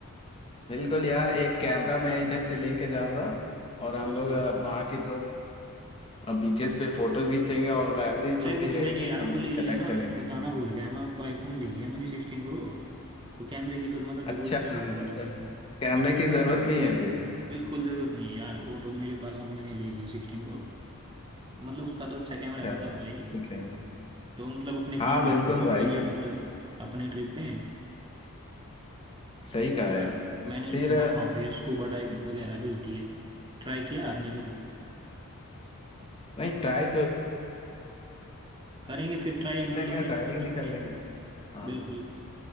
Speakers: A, on the left (about 25°); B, on the right (about 20°).
A: बिल्कुल यार एक कैमरा मैं इधर से लेके जाऊंगा और हम
B: बिल्कुल
A: लोग अ, वहाँ की जो बीचेस पे फोटोज खींचेंगे और मेमोरीज
B: अरे
A: जो
B: वो
A: भी
B: तो मैंने
A: रहेगी
B: यार
A: हम
B: वो ले लिया
A: कलेक्ट
B: ना
A: करेंगे
B: बताना भूल गया मैं आपको आईफोन ले लिया मैंने सिक्सटीन प्रो तो कैमरे की तो मतलब जरूरत
A: अच्छा
B: ही नहीं रहेगी
A: मतलब
B: अपने को
A: कैमरे की जरूरत नहीं है फिर
B: बिल्कुल जरूरत नहीं है यार वो तो मेरे पास अब मैंने ले लिया सिक्सटीन प्रो मतलब उसका तो अच्छा कैमरा है
A: अच्छा
B: पता
A: ठीक
B: तो है ही
A: है
B: तो मतलब अपने
A: हाँ
B: काम
A: बिल्कुल
B: आएगा बिल्कुल
A: भाई
B: ये मतलब अपने ट्रिप पे
A: सही कहा
B: और
A: है
B: मैंने
A: फिर
B: सुना वहाँ पे स्कूबा डाइविंग
A: हम्म,
B: वगैरह भी होती है ट्राई किया आपने कभी
A: नहीं ट्राई तो
B: करेंगे फिर ट्राई मतलब
A: लेंगे ड्राइविंग
B: करते
A: भी कर लेंगे
B: हैं
A: हाँ
B: बिल्कुल